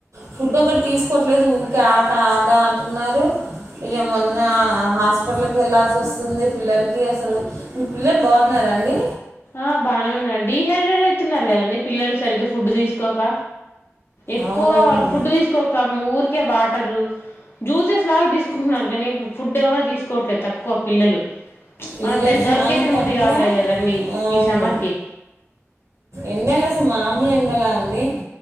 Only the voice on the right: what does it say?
ఫుడ్ ఒకటి తీసుకోవట్లేదు ఊరికే ఆట ఆట అంటున్నారు ఇక మొన్న హాస్పిటల్కి వెళ్ళాల్సి వస్తుంది పిల్లలకి అసలు మీ పిల్లలు బాగున్నారా అండి
అవునవును
పిల్లలు
చాలా
తక్కువ
అవును
ఎండలు అసలు మామూలు ఎండల అండి